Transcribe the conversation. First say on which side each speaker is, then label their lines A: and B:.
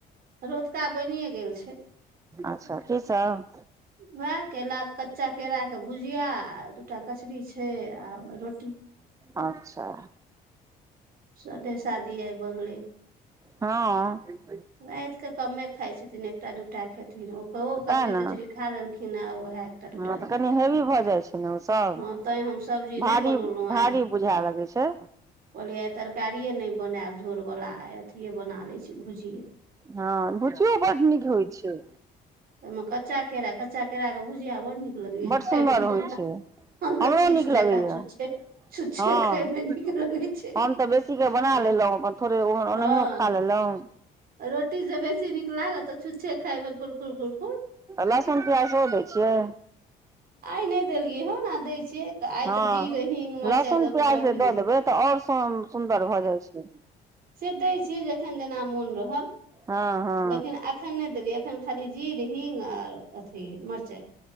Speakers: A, on the right; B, on the right.
A: रतुका बनिए गेल छै।
B: अच्छा की सब
A: उएह केला कच्चा केराके भुजिया आ दू टा कचरी छइ आ रोटी
B: अच्छा।
A: सदे- सादी आइ बनलै।
B: हँऽ।
A: राइत के कमे खाइ छथिन, एकटा -दूटा खेथिन ओ ओ कचरी-
B: सएह ने
A: तचरी खा लेलखिन हऽ आ ओएह एकटा दूटा
B: हँ तऽ
A: रोटी
B: कनि
A: खेता
B: हेवी भऽ जाइ छै ने ओसभ
A: हँ। तै हम सब्जी
B: भारी
A: नहि बनौलहुँ
B: भारी
A: आइ हम।
B: बुझाय लगै छै
A: कहलियै आ तरकारिये नहि बनायब झोर बाला, आ अथिये बना ले छी भुजिये।
B: हँ भुजीयो बड्ड नीक होइ छै।
A: तऽहिमे कच्चा केरा, कच्चा केरा के भुजिया बड़ नीक लगैया।
B: बड्ड
A: खायमे
B: सुन्दर होइ
A: हमरा
B: छै,
A: हम तऽ
B: हमरो
A: चिप्स
B: नीक
A: जकाँ
B: लगैया।
A: छुच्छे छुच्छे
B: हँ
A: खायमे नीक लगै छै
B: हम तऽ बेसी के बना लेलहुँ, अपन थोड़े ओनाहियो
A: हँ
B: खा ले रहूं।
A: रोटी से बेसी नीक लागत, तऽ छुच्छे खायमें कुरकुर- कुरकुर।
B: लहसुन प्याज सेहो दै छियै।
A: आइ नहि देलियै हऽ। दै छियै आइ
B: हँ
A: तऽ जीर, हींग, मिरचाई
B: लहसुन
A: दऽ
B: प्याज
A: के ब-भू
B: जे दऽ देबै तऽ आओर सुन्दर भऽ जाइ छै।
A: से दै छियै जखन जेना मोन रहल।
B: हँ हँ
A: लेकिन अखन नहि देलियै, एखन खाली जीर, हींग, आर अथी मिर्चाई।